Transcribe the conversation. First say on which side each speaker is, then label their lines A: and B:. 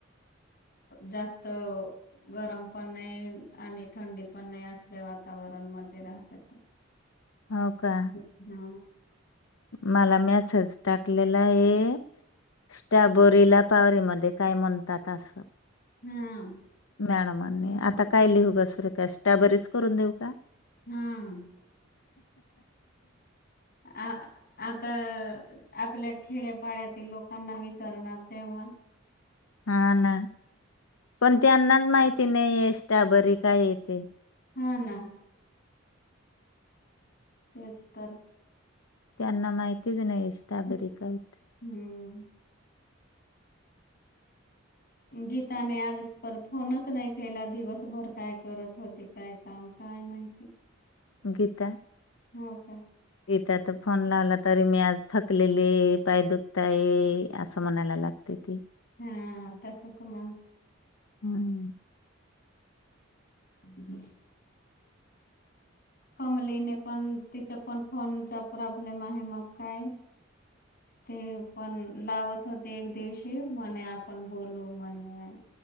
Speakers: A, on the left; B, on the left.
A: जास्त. गरम पण नाही आणि थंडी पण नाही असल्या वातावरण मजे राहतात त्या
B: हो का?
A: हा!
B: मला मॅसेज टाकलेला आहे. स्ट्राबरीला पावररीमध्येध्ये काय म्हणतात असं,
A: हा!
B: मॅडमांनी आता काय लिहू घसरख स्टाबरीच करून देऊ का?
A: हा! आ आता आपल्या खेड्यापाड्यातील लोकांना विचारणार तेव्हा,
B: हा ना पण त्यांनाच माहिती नाही आहे स्टाबरी काय येते.
A: हा ना! तेच तर,
B: त्यांना माहितीच नाही स्ट्रॉबेरी काय आहे.
A: हम्म! गीताने आज पर फोनच नाही केला दिवसभर काय करत होती काय. काम काय माहिती.
B: गीता
A: हो का
B: गीता तर फोन लावला. तरी मी आज थकलेली पाय दुखता ये असं म्हणायला लागते ती.
A: हा तसं क मण.
B: हम्म!
A: स का <unintelligible> कमलीने पण तिचा पण फोनचा प्रॉब्लेम आहे मग काय, ते पण लावत होते एक दिवशी मणे आपण बोलू म्हणे.